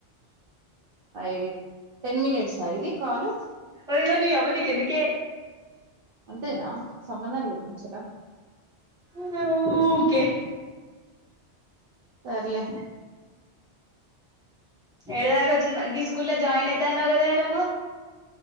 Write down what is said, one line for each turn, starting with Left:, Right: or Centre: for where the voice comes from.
Right: అయి టెన్ మినిట్స్ ఆ ఇది కాల్
Centre: అయ్యో నియవ్వ నికెందుకే
Right: అంతేనా సంబంధం లేదు ముచ్చట
Centre: ఓకే
Right: సర్లే
Centre: ఏడేదాకా వచ్చింది గీ స్కూల్లో లో జాయిన్ అయాతా అన్నావు కథనే నువ్వు